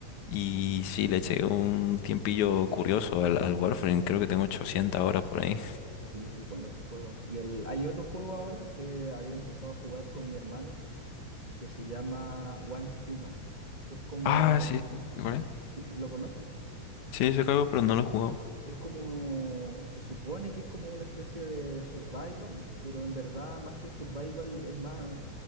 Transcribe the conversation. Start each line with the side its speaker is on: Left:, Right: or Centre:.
Left: Y sí, le eché un tiempillo curioso al, al Warframe. Creo que tengo 800 horas por ahí.
Right: sí, sí, bueno ese juego. Y el, hay otro juego ahora que había empezado a jugar con mi hermano, que se llama Once Human, que es como,
Left: Ah, sí, sí, ¿cuál es?
Right: si ¿lo conoces?
Left: Sí, se cargo, pero no lo he jugado.
Right: Es como, se supone que es como una especie de survival, pero en verdad más que un survival es más,